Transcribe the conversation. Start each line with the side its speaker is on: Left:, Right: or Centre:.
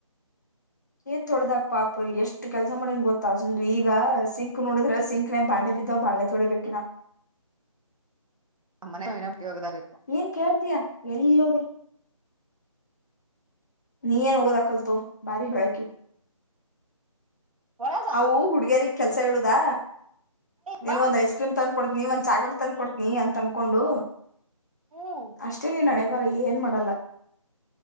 Left: ಏನ್ ತೊಳ್ದಕ್ಪ್ಪಾಪ ಎಷ್ಟ್ ಕೆಲ್ಸ ಮಾಡನ್ ಗೊತ್ತ ಅಸ ಈಗ ಸಿಂಕ್ ನೋಡಿದ್ರ ಸಿಂಕ್ನೆ ಬಾಂಡೆ ಬಿದ್ದಾವ್ ಬಾಂಡೆ ತೊಳಿಬೇಕಿನ
Right: ಮನೆ ಒಗದಾಬೇಕು
Left: ಏನ್ ಕೇಳ್ತೀಯಾ ಎಲ್ಲದ್ರಿ ನೀ ಏನ್ ಹೋಗೋದ ಕಲ್ತು ಬಾರಿ ಹೇಳಕಿಗೆ
Right: ಒಳಗ
Left: ಅವು ಹುಡುಗಿಯರಿಗ್ ಕೆಲ್ಸ ಹೇಳುದಾ ನೀನ್
Right: ಬಾ
Left: ಒಂದ್ ಐಸ್ ಕ್ರೀಮ್ ತಂದ ಕೊಡ್ನ ನೀ ಒಂದ್ ಚಾಗಡ್ ತಂದ ಕೊಡ್ತನಿ ಅಂತ ಅಂದಕೊಂಡು
Right: ಹ್ಮ್
Left: ಅಷ್ಟೇ ನೀನ್ ನಡ ಬರ ಏನ್ ಮಾಡಲ್ಲ